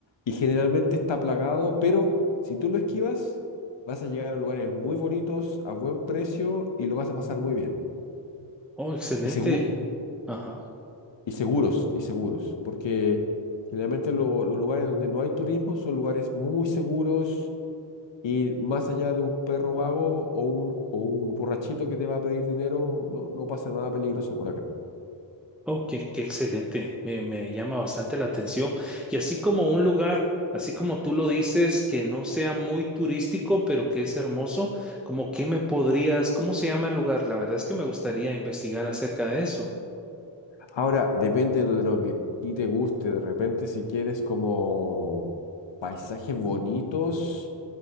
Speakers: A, on the left; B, in the centre.
A: y generalmente está plagado, pero si tú lo esquivas, vas a llegar a lugares muy bonitos, a buen precio y lo vas a pasar muy bien.
B: Oh, excelente.
A: Y, segu-
B: Ajá.
A: y seguros, y seguros, porque generalmente lo- los lugares donde no hay turismo son lugares muy seguros. Y más allá de un perro vago o un, o un borrachito que te va a pedir dinero, no, no pasa nada peligroso por acá.
B: Oh, qué, qué excelente, me, me llama bastante la atención. Y así como un lugar, así como tú lo dices, que no sea muy turístico, pero que es hermoso, como que me podrías, ¿cómo se llama el lugar? La verdad es que me gustaría investigar acerca de eso.
A: Ahora, depende de lo que a ti te guste. De repente, si quieres como paisajes bonitos,